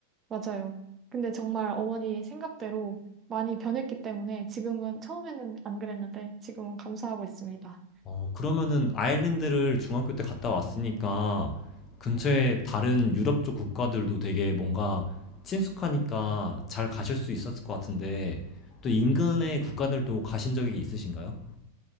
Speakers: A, on the right; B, on the left.
A: 맞아요. 근데 정말 어머니 생각대로 많이 변했기 때문에 지금은 처음에는 안 그랬는데 지금은 감사하고 있습니다.
B: 어, 그러면은 아일랜드를 중학교 때 갔다 왔으니까 근처에 다른 유럽 쪽 국가들도 되게 뭔가 친숙하니까 잘 가실 수 있었을 것 같은데 또 인근의 국가들도 가신 적이 있으신가요?